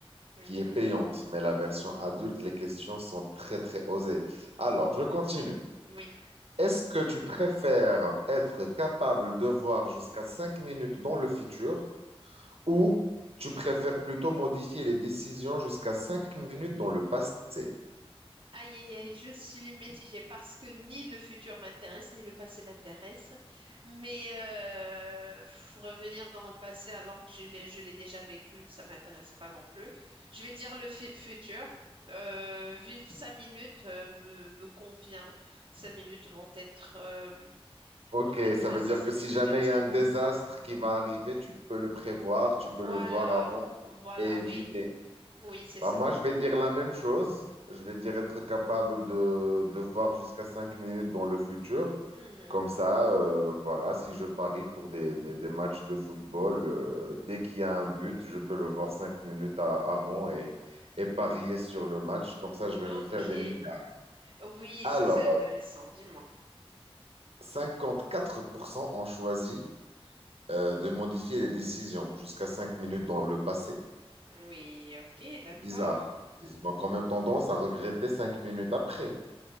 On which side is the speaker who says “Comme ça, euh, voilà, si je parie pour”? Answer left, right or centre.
Right